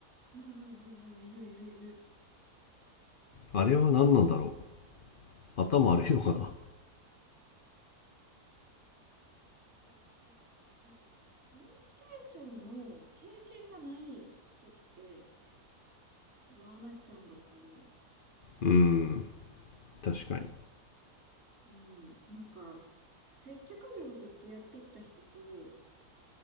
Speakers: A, on the right; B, on the left.
A: うんうんうんうん、いるいるいる。
B: あれは何なんだろう頭悪いのかな
A: そういやでも、なんか、なんか、コミュニケーションの経験がない人って、多分ああなっちゃうんだと思う。
B: うん確かに
A: うん。なんか、接客業をずっとやってきた人と、